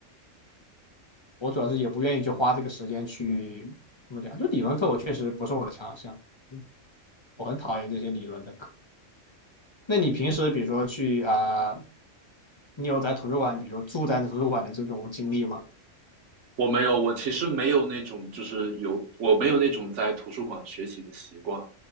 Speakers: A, on the left; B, on the right.
A: 我主要是也不愿意去花这个时间去怎么讲，就理论课我确实不是我的强项，嗯我很讨厌这些理论的课。那你平时比如说去啊、呃你有在图书馆，比如说住在图书馆的这种经历吗？
B: 我没有，我其实没有那种，就是有，我没有那种在图书馆学习的习惯。